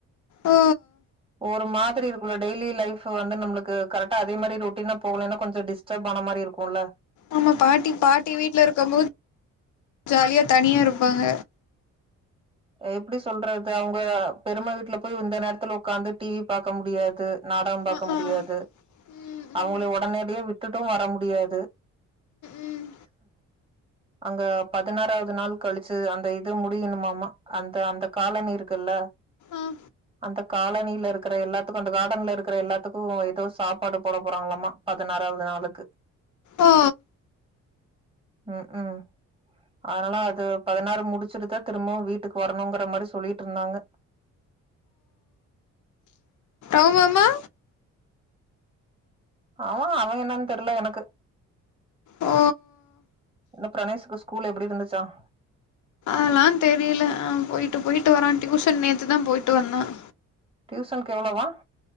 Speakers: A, on the left; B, on the right.
A: ஓ
B: ஒரு மாதிரி இருக்கு டெய்லி லைஃப் வந்து நம்மளுக்கு கரெக்டா அதே மாரி ரொட்டீனா போகலன்னா கொஞ்ச டிஸ்டப்பான மாரி இருக் குல
A: ஆமா பாட்டி பாட்டி வீட்டுல இருக்கும் போது ஜாலியா தனியா இருப்பாங்க
B: எப்டி சொல்றது அவுங்க பெரிமா வீட்டுல போய் இந்த நேரத்துல உகாந்து டிவி பாகக்க முடியாது நாடகம் பாக்க
A: அ
B: முடியாது
A: ஆ ம்
B: அவுங்கள
A: ம்
B: உடனடிய விட்டுட்டு வர முடியாது
A: ம் ம்
B: அங்க பதினாறாவது நாள் கலிச்சு அந்த இது முடியணுமாம அந்த அந்த காலனி இருக்குல்ல
A: ஆ
B: அந்த காலனில இருக்குற எல்லாத்துக்கு அந்த கார்டன்ல இருக்கிற எல்லாத்துக்கு ஏதோ சாப்பாடு போட போறாங்களாமா பதினாறாவது நாளுக்கு
A: ஓ
B: உக்கும் அதனால அது பதினாறு முடிச்சுட்டுதா திரும்பவு வீட்டுக்கு வரணுங்கற மாரி சொல்லிட்டிருந்தாங்க
A: ஆமாமா
B: அவன் அவன் என்னன்னு தெரில எனக்கு
A: ஓ
B: என்ன பிரணேஷுக்கு ஸ்கூல் எப்டி இருந்துச்சாம்
A: அதான் தெரியல அவன் போயிட்டு போயிட்டு வரான் டியூஷன் நேத்துதான் போயிட்டு வந்தான்
B: டியூசன்கு எவ்ளோவான்